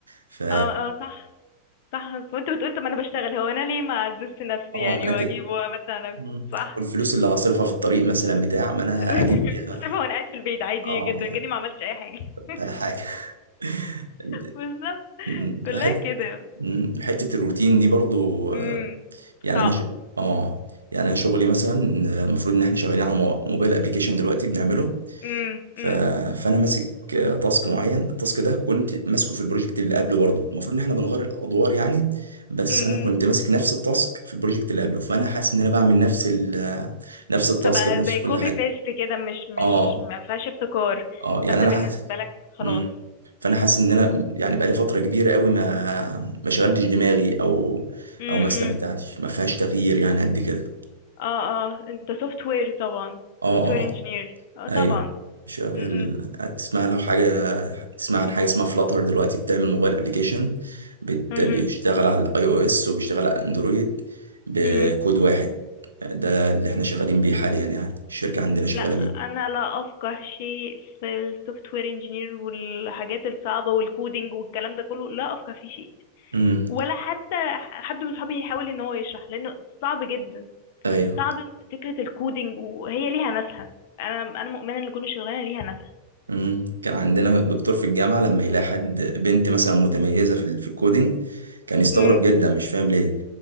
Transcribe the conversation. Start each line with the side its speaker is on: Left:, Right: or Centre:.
Right: ف
Left: اه اه صح صح وانت بتقول طب ما انا بشتغل هو انا ليه ما اعززش نفسي
Right: اه
Left: يعني
Right: انا
Left: واجيب
Right: كده
Left: وامتع نفسي
Right: مم.
Left: صح
Right: والفلوس اللي هصرفها في الطريق مثلا بتاع ما انا
Left: <laughs>
Right: اجيب بيها
Left: شايفه وانا قاعد في البيت عادي
Right: اه
Left: جدا كاني ما عملتش اي حاجه <laughs>
Right: بقى حاجه <laughs>
Left: بالظبط
Right: مم.
Left: كلها
Right: حته
Left: كده
Right: مم. حته الروتين دي برضو آه،
Left: امم
Right: يعني
Left: صعبه
Right: انا ش... اه يعني انا شغلي مثلا آه، المفروض ان احنا شغالين على مو- موبايل ابلكيشن دلوقتي بنعمله
Left: امم
Right: ف...
Left: امم
Right: فانا ماسك آه، تاسك معين التاسك ده كنت ماسكه في البروجكت اللي قبله برضو المفروض ان احنا بنغير الادوار يعني بس
Left: امم
Right: انا
Left: امم.
Right: كنت ماسك نفس التاسك في البروجكت اللي قبله فانا حاسس ان انا بعمل نفس ال... نفس التاسك
Left: فبقى
Right: بنفس
Left: زي
Right: كل
Left: كوبي
Right: حاجه
Left: بيست كده مش مش
Right: اه
Left: ما فيهاش ابتكار
Right: اه يعني
Left: فانت
Right: انا
Left: بالنسبه
Right: حاسس
Left: لك خلاص
Right: امم فانا حاسس ان انا يعني بقالي فتره كبيره قوي ما ما شغلتش دماغي او
Left: امم
Right: او ما استمتعتش
Left: امم.
Right: ما فيهاش تغيير يعني قد كده
Left: اه اه انت سوفت وير طبعا
Right: اه
Left: سوفت وير
Right: اه
Left: انجينير اه طبعا
Right: ايوه شغل
Left: امم
Right: هتسمع لو حاجه تسمع عن حاجه اسمها فلاتر دلوقتي بتعمل موبايل ابلكيشن بت...
Left: امم
Right: بيشتغل على الاي او اس وبيشتغل على اندرويد بكود
Left: امم
Right: واحد ده اللي احنا شغالين بيه حاليا يعني الشركه عندنا
Left: لا
Right: شغاله بيه
Left: انا لا افقه شيء في السوفت وير انجينير والحاجات الصعبه والكودينج والكلام ده كله لا افقه فيه شيء
Right: امم
Left: ولا حتى ح- حد من صحابي يحاول ان هو يشرح لانه صعب جدا
Right: ايوه
Left: صعب ان فكره الكودينج وهي ليها ناسها انا انا مؤمنه ان كل شغلانه ليها ناسها
Right: مم. كان عندنا دكتور في الجامعة لما يلاقي حد بنت مثلا متميزة في ال- في الكودينج كان يستغرب
Left: امم
Right: جدا مش فاهم ليه